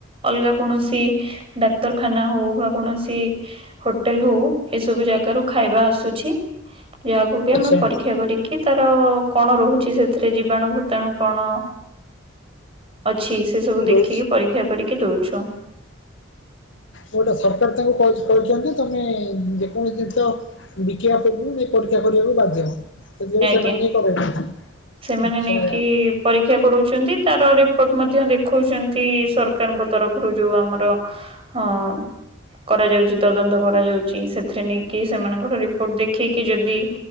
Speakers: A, on the right (about 25°); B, on the left (about 60°).
A: ଅଲଗା କୌଣସି ଡାକ୍ତରଖାନା ହଉ ବା କୌଣସି କି ହୋଟେଲ ହଉ ଏସବୁ ଜାଗାରୁ ଖାଇବା ଆସୁଛି। ଯାହାକୁ କି ଆମେ
B: ଆଚ୍ଛା
A: ପରୀକ୍ଷା କରିକି ତାର କଣ ରହୁଚି ସେଥିରେ ଜୀବାଣୁ ଭୂତାଣୁ କଣ ଅଛି ସେ ସବୁ
B: ରହୁଛି
A: ଦେଖିକି ପରୀକ୍ଷା କରିକି ଦଉଛୁ।
B: ଗୋଟେ ସରକାର ତାଙ୍କୁ କହୁଚନ୍ତି ତମେ ଯେକୌଣସି ଜିନିଷ ବିକିବା ପୂର୍ବରୁ ନେଇକି ପରୀକ୍ଷା କରିବାକୁ ବାଧ୍ୟ। ତ ଦେଉ
A: ଆଜ୍ଞା।
B: ସେମାନେ ନେଇ <unintelligible>
A: ସେମାନେ
B: ଅଛା।
A: ନେଇକି ପରୀକ୍ଷା କରଉଚନ୍ତି। ତାର ରିପୋର୍ଟ ମଧ୍ୟ ଦେଖଉଚନ୍ତି ସରକାରଙ୍କ ତରଫରୁ ଯୋଉ ଆମର ହଁ। କରାଯାଉଚି ତଦନ୍ତ କରାଯାଉଚି ସେଥିରେ ନେଇକି ସେମାନଙ୍କର ରିପୋର୍ଟ ଦେଖେଇକି ଯଦି